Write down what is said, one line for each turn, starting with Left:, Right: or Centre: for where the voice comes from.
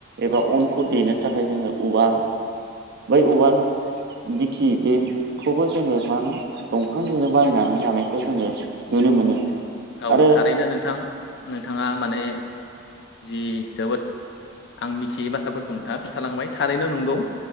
Right: एबा अनखौ देनो थाखाय जोङो उवाल बै उवाल दिखि बेखौबो जोङो मा होनो दंफांजोंनो बानायनानै लानायखौ जोङो नुनो मोनो
Left: औ
Right: आरो
Left: थारैनो नोंथां नोंथाङा माने जि जोबोद। आं मिथियै बाथ्राफोरखौ नोंथाङा खोन्थालांबाय थारैनो नंगौ।